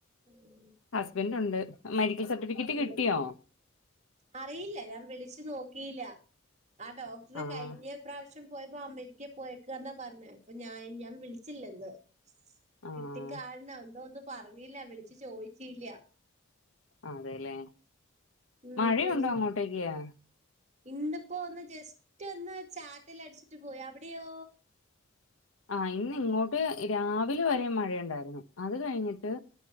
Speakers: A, on the right; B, on the left.
A: ഉം
B: അ ന്റ് ഉണ്ട് മെഡിക്കൽ സർട്ടിഫിക്കറ്റ്
A: ഉം
B: കിട്ടിയോ
A: ഉം അറിയില്ല ഞാൻ വിളിച്ചു നോക്കിയില്ല ആ ഡോക്ടർ
B: ആഹ്
A: കഴിഞ്ഞ പ്രാവശ്യം പോയപ്പോ അമേരിക്കയെ പോയേക്ക എന്നാ പറഞ്ഞേ അപ്പോ ഞാൻ ഞാൻ വിളിച്ചില്ല ഇന്ന്
B: ആഹ്
A: കിട്ടിക്കാരണം എന്തോ ഒന്നും പറഞ്ഞില്ല വിളിച്ച ചോദിച്ചില്ല
B: അതെല്ലേ
A: ഉം
B: മഴയുണ്ടോ
A: ഉം
B: അങ്ങോട്ടേക്കാ
A: ഇന്നിപ്പോ ഒന്ന് ജസ്റ്റ് ഒന്ന് ചാറ്റൽ അടിച്ചിട്ട് പോയി അവിടെയോ
B: ആ ഇന്ന് ഇങ്ങോട്ട് രാവിലെ വരെ മഴയുണ്ടായിരുന്നു അത് കഴിഞ്ഞിട്ട്